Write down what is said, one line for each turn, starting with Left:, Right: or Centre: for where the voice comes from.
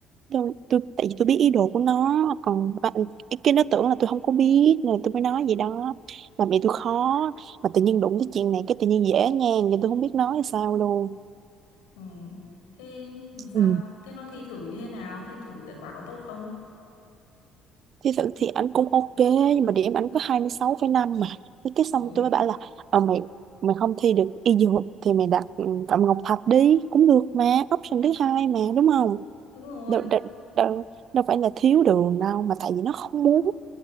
Right: tôi, tôi tại vì tôi biết ý đồ của nó còn
Left: Ừ.
Right: bạn cái nó tưởng là tôi không có biết nên là tôi mới nói gì đó mà mẹ tôi khó mà tự nhiên đụng tới chuyện này cái tự nhiên dễ ngang vậy tôi không biết nói sao luôn
Left: Ừ. thế làm sao
Right: ừ.
Left: thế nó thi thử như thế nào nó thi thử kết quả có tốt không
Right: thì thực thì anh cũng ok nhưng mà điểm anh có 26,5 mà Thế cái xong
Left: rồi
Right: tôi mới bảo là ờ, mày mày không thi được y dược thì mày đặt ừ, Phạm Ngọc Thạch đi cũng được mà option thứ hai mà đúng không
Left: đúng rồi
Right: đâu, đâu, đâu, đâu phải là thiếu đường đâu mà tại vì nó không muốn